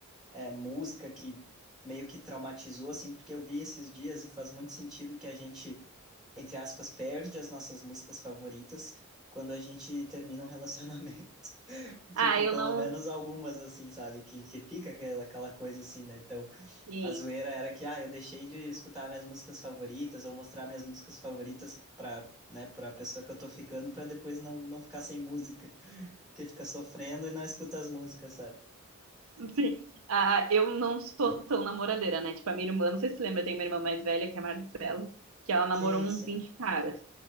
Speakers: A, in the centre; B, on the right.
A: é, música que meio que traumatizou, assim, porque eu vi esses dias e faz muito sentido que a gente, entre aspas, perde as nossas músicas favoritas quando a gente termina um relacionamento. <laughs> Tipo,
B: Ah, eu
A: pelo
B: não.
A: menos algumas, assim, sabe? Que, que fica aquela, aquela coisa assim, né? Então,
B: Sim.
A: a zoeira era que, ah, eu deixei de escutar minhas músicas favoritas ou mostrar minhas músicas favoritas pra, né, pra pessoa que eu tô ficando, pra depois não, não ficar sem música. Porque fica sofrendo e não escuta as músicas, sabe?
B: Sim. Ah, eu não sou tão namoradeira, né? Tipo, a minha irmã, não sei se você lembra, eu tenho uma irmã mais velha, que é a Marcela, que ela namorou
A: Sim,
B: uns
A: sim,
B: 20 caras.